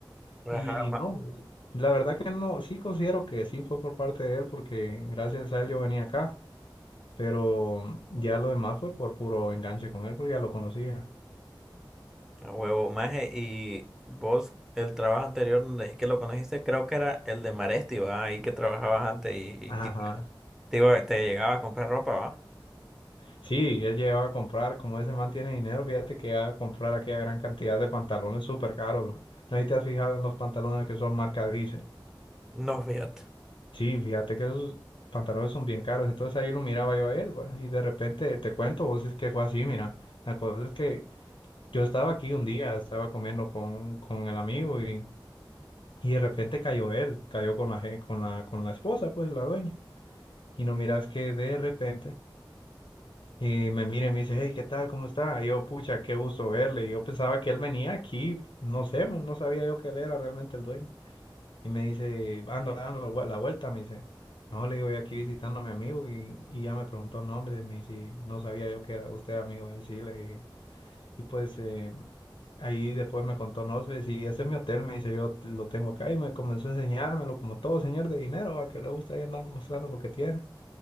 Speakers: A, in the centre; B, on the left (about 80°).
A: Ajá,
B: Y
A: ma-
B: no, la verdad que no, sí considero que sí fue por parte de él, porque gracias a él yo venía acá, pero ya lo demás fue por puro enganche con él, porque ya lo conocía.
A: A huevo, maje, y vos, el trabajo anterior donde dije que lo conociste, creo que era el de Maresti, ¿va? Ahí que trabajabas antes y, y
B: Ajá.
A: que te, iba- te llegaba a comprar ropa, ¿va?
B: Sí, él llegaba a comprar, como ese man tiene dinero, fíjate que va a comprar aquella gran cantidad de pantalones súper caros, man. No sé si te has fijado en los pantalones que son marca Diesel.
A: No, fíjate.
B: Sí, fíjate que esos pantalones son bien caros, entonces ahí lo miraba yo a él, bueno, y de repente te cuento, vos es que fue así, mira, la cosa es que yo estaba aquí un día, estaba comiendo con, con el amigo y, y de repente cayó él, cayó con la, gen- con la, con la esposa, pues la dueña, y no miras que de repente Y me mira y me dice, hey, ¿qué tal? ¿Cómo está? Y yo, pucha, qué gusto verle. Y yo pensaba que él venía aquí, no sé, man, no sabía yo que él era realmente el dueño. Y me dice, ando dando la vue- la vuelta, me dice. No, le digo, "yo aquí visitando a mi amigo y, y ya me preguntó nombre, me dice, no sabía yo que era usted amigo de él, sí, le dije. Y pues eh, ahí después me contó nombres y este es mi hotel, me dice, yo lo tengo acá y me comenzó a enseñármelo como todo señor de dinero, a que le gusta ahí andar mostrando lo que tiene.